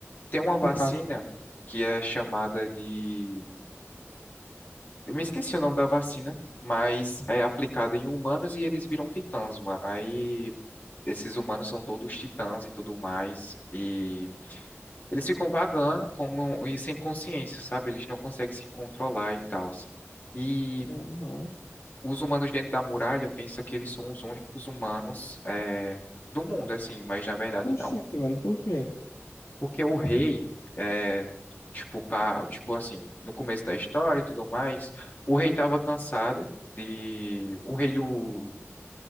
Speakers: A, on the left; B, on the left.
A: Tem uma vacina
B: Tipo,
A: que é chamada de Eu me esqueci o nome da vacina, mas é aplicada em humanos e eles viram titãs, mano. Aí esses humanos são todos titãs e tudo mais. E eles ficam vagando como e sem consciência, sabe? Eles não conseguem se controlar e tal. E
B: Uhum.
A: os humanos dentro da muralha pensam que eles são os únicos humanos é, do mundo, assim, mas na verdade
B: Oxente,
A: não.
B: mano, por quê?
A: Porque o rei, é, tipo, pá, tipo assim, no começo da história e tudo mais, o rei estava cansado de. O rei do.